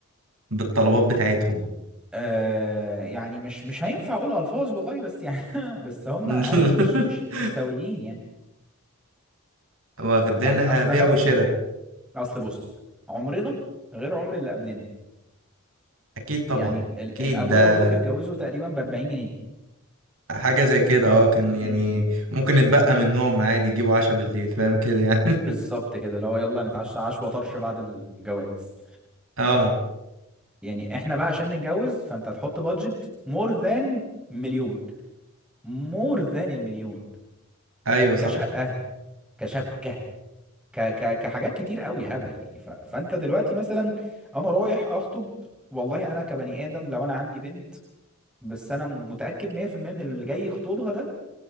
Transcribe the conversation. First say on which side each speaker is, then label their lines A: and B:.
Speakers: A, on the right; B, in the centre.
A: بالطلبات بتاعتهم
B: آه يعني مش مش هينفع اقول الفاظ والله بس يعني <laughs> بس هم
A: <laughs>
B: اهل مش مش مش سويين يعني
A: واخدينها
B: يعني اصل
A: بيع
B: انا
A: وشراء
B: اصل بص عمرنا غير عمر اللي قبلنا
A: اكيد طبعا
B: يعني ال-
A: اكيد
B: الابويا
A: ده
B: وابوك اتجوزوا تقريبا ب 40 جنيه
A: حاجة زي كده اه كان يعني
B: امم
A: ممكن يتبقى منهم عادي يجيبوا عشاء بالليل فاهم كده يعني
B: بالظبط كده اللي هو يلا نتعشى عشوة طرش بعد الجواز
A: <laughs> اه
B: يعني احنا بقى عشان نتجوز فانت هتحط بادجت مور ذان مليون مور ذان المليون
A: ايوه صح
B: كشقة كشبكة ك ك كحاجات كتير قوي هبل يعني ف فانت دلوقتي مثلا انا رايح اخطب والله انا كبني ادم لو انا عندي بنت بس انا متاكد 100% من اللي جاي يخطبها ده